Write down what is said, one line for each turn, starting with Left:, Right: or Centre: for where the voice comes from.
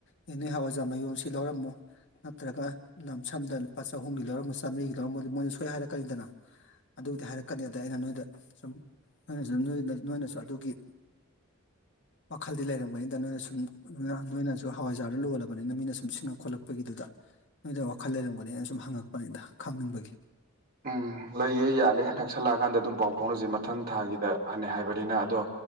Left: ꯑꯦ ꯅꯣꯏ ꯍꯋꯥꯏꯖꯥ ꯃꯌꯣꯝ ꯁꯤ ꯂꯧꯔꯝꯃꫭ ꯅꯠꯇ꯭ꯔꯒ ꯂꯝ ꯁꯝꯗ ꯂꯨꯄꯥ ꯆꯍꯨꯝꯒꯤ ꯂꯧꯔꯝꯃꫭ ꯆꯥꯝꯃꯔꯤꯒꯤ ꯂꯧꯔꯝꯃꫭ ꯃꯣꯏꯅ ꯁꯣꯏ ꯍꯥꯏꯔꯛꯀꯅꯤꯗꯅ ꯑꯗꯨꯗꯤ ꯍꯥꯏꯔꯛꯀꯅꯤ ꯑꯗ ꯑꯩꯅ ꯅꯣꯏꯗ ꯁꯨꯝ ꯅꯣꯏꯅꯁꯨ ꯅ ꯅꯣꯏꯅꯁꯨ ꯑꯗꯨꯒꯤ ꯋꯥꯈꯜꯗꯤ ꯂꯩꯔꯝꯒꯅꯤꯗ ꯅꯣꯏꯅ ꯁꯨꯝ <unintelligible> ꯅꯣꯏꯅꯁꯨ ꯍꯋꯥꯏꯖꯥꯔꯗꯨ ꯂꯣꯜꯂꯕꯅꯤꯅ ꯃꯤꯅ ꯁꯨꯝ ꯁꯤꯡꯉꯛ ꯈꯣꯠꯂꯛꯄꯒꯤꯗꯨꯗ ꯅꯣꯏꯗ ꯋꯥꯈꯜ ꯂꯩꯔꯝꯒꯅꯤ ꯑꯩꯅ ꯁꯨꯝ ꯍꯪꯉꯛꯄꯅꯤꯗ ꯈꯪꯅꯤꯡꯕꯒꯤ
Right: ꯎꯝ ꯂꯩꯌꯦ ꯌꯥꯅꯤ ꯅꯛꯁꯜꯂꯛꯑꯀꯥꯟꯗ ꯑꯗꯨꯝ ꯄꯥꯎ ꯐꯥꯎꯅꯁꯦ ꯃꯊꯪ ꯊꯥꯒꯤꯗ ꯍꯥꯅꯦ ꯍꯥꯏꯕꯅꯤꯅ ꯑꯗꯣ